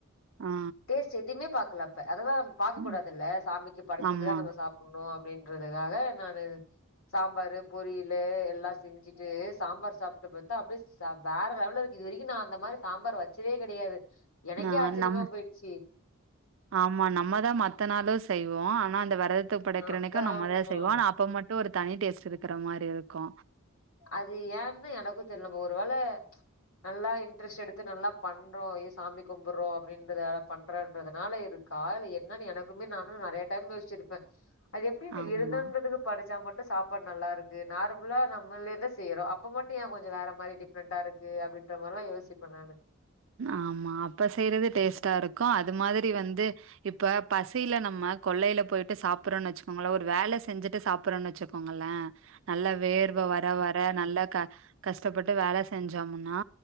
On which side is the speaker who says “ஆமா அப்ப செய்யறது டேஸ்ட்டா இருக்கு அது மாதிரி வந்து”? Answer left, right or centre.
Right